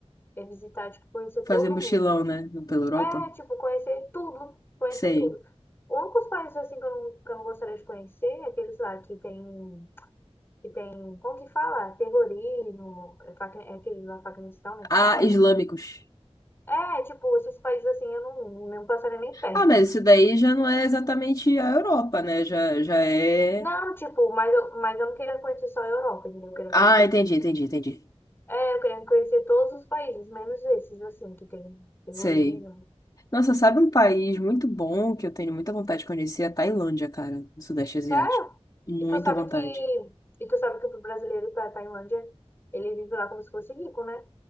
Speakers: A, on the left; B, on the left.
A: é visitar, tipo, conhecer
B: Fazer
A: todo
B: mochilão,
A: mundo.
B: né? Pela Europa.
A: É, tipo, conhecer tudo, conhecer
B: Sei.
A: tudo. O único dos países assim que eu não, que eu não gostaria de conhecer é aqueles lá que tem, que tem, como que fala? Terrorismo, é, Paqui- é aquele lá Paquistão, né,
B: Ah,
A: que fala?
B: islâmicos.
A: É, tipo, esses países assim eu não, não passaria nem perto.
B: Ah, mas isso daí já não é exatamente a Europa, né? Já, já é.
A: Não, tipo, mas eu, mas eu não queria conhecer só a Europa, entendeu? Eu queria
B: Ah,
A: conhecer,
B: entendi, entendi, entendi.
A: é, eu queria conhecer todos os países, menos esses assim que tem terrorismo,
B: Sei. Nossa, sabe um país muito bom que eu tenho muita vontade de conhecer? É A Tailândia, cara, do Sudeste Asiático.
A: Sério?
B: Muita
A: E tu sabe
B: vontade.
A: que, e tu sabe que pro brasileiro para Tailândia, ele vive lá como se fosse rico, né?